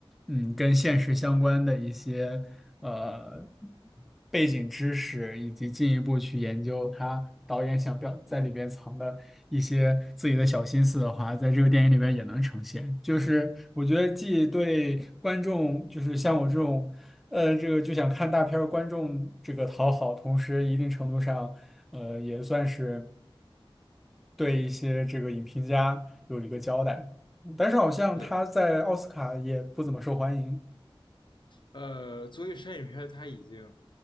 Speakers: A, in the centre; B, on the left.
A: 嗯，跟现实相关的一些呃背景知识，以及进一步去研究他导演想表在里边藏的一些自己的小心思的话，在这个电影里边也能呈现。就是我觉得既对观众，就是像我这种呃这个就想看大片儿观众这个讨好，同时一定程度上呃也算是对一些这个影评家有一个交代。但是好像他在奥斯卡也不怎么受欢迎。
B: 是的，呃，作为商业片，它已经